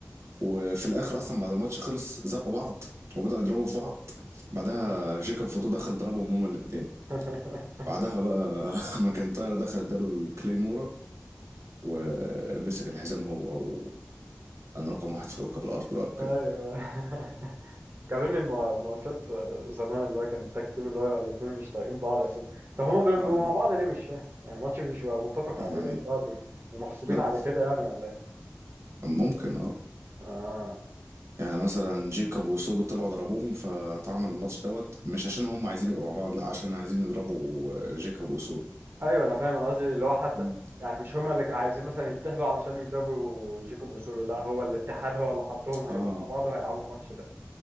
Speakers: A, on the right; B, on the right.
A: وفي الاخر اصلا بعد الماتش خلص زقوا بعض وبداوا يضربوا في بعض بعدها جيكوب فوتو دخل ضربهم هما الاثنين
B: <laughs>
A: بعدها بقى <laughs> ماكنتاير دخل اداله الكليمورا ومسك الحزام هو او انا رقم واحد في كوكب الارض بقى وكده
B: ايوه <laughs> قالوا لي ما- ماتشات زمان اللي هو كان التاك تيم اللي هو يبقى الاتنين مش طايقين بعض اساسا طب هما بيبقوا
A: اه
B: مع بعض ليه مش فاهم يعني الماتش مش بيبقى متفق
A: يعني
B: عليه يعني ده بيبقوا ومغصوبين
A: لا
B: على كده يعني ولا ايه؟
A: ممكن اه
B: اه
A: يعني مثلا جيكوب وسودو طلعوا ضربوهم فاتعمل الماتش دوت مش عشان هم عايزين يبقوا مع بعض لا عشان عايزين يضربوا آه، جيكوب وسودو
B: ايوه انا فاهم انا قصدي اللي هو حتى
A: مم.
B: يعني مش هما اللي عايزين مثلا يتحدوا علشان يضربوا جيكوب وسولو لا هو الاتحاد هو اللي حطهم هيبقوا
A: اه
B: مع بعض وهيلعبوا الماتش ده